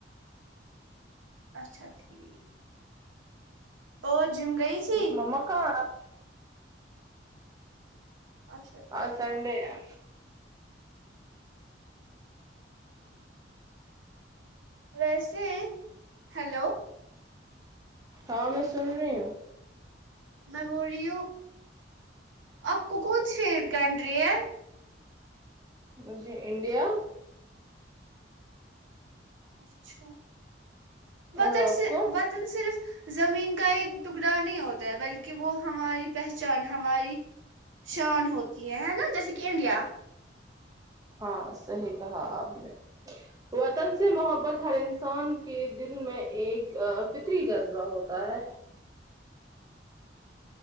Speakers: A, on the right; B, on the right.
A: اچھا ٹھیک اور جم گئی تھی
B: مما کہاں ہے
A: اچھا ٹھیک
B: آج سنڈے ہے
A: ویسے ہیلو
B: ہاں میں سن رہی ہوں
A: میں بول رہی ہوں آپ کو کون سی کنٹری ہے
B: مجھے انڈیا
A: اچھا وطن
B: اور آپ
A: صرف
B: کو
A: وطن صرف زمین کا ہی ٹکڑا نہیں ہوتا ہے بلکہ وہ ہماری پہچان ہماری شان ہوتی ہے نا جیسے کہ انڈیا
B: ہاں صحیح کہا آپ نے وطن سے محبت ہر انسان کے دل میں ایک فطری جذبہ ہوتا ہے